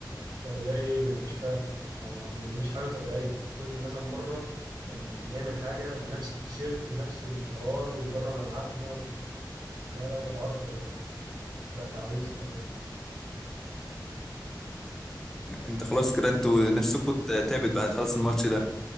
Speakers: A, on the right; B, in the centre.
A: ولا ده ايه ده انا مش فاهم هو ما- دي مش حاجه طبيعيه كل مثلا مره لما نعمل حاجه ونفس التيشيرت ونفس الحوار وبره ملعبنا و... لا لا الحوار بقى تعويذه خلاص
B: انت خلاص كده انتوا نفسكم تعبت بعد خلاص الماتش ده